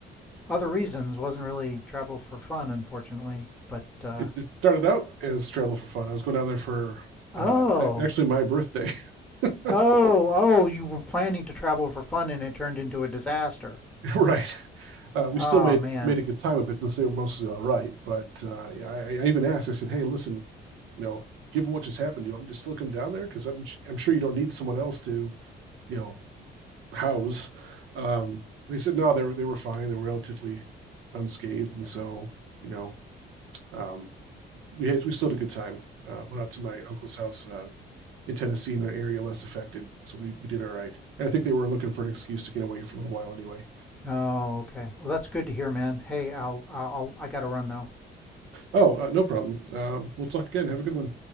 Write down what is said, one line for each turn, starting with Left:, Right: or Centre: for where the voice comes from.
Centre: other reasons. wasn't really travel for fun, unfortunately. But uh,
Right: it, it started out as travel for fun. I was going down there for
Centre: oh,
Right: uh, actually my birthday. <laughs>
Centre: oh, oh, you were planning to travel for fun, and it turned into a disaster.
Right: right. Uh, we
Centre: Oh
Right: still made
Centre: man.
Right: made a good time of it since they were mostly all right. But uh, yeah, I, I even asked. I said, "Hey, listen, you know, given what just happened, do you want me to still come down there? Because I'm I'm sure you don't need someone else to, you know, house." Um, and they said, "No, they were they were fine. They were relatively unscathed, and so you know, um, we had, we still had a good time. Uh, went out to my uncle's house uh, in Tennessee in an area less affected, so we, we did all right. And I think they were looking for an excuse to get away for a little while anyway.
Centre: Oh, okay. Well, that's good to hear, man. Hey, I'll I'll I gotta run though.
Right: Oh, uh, no problem. Um, we'll talk again. Have a good one.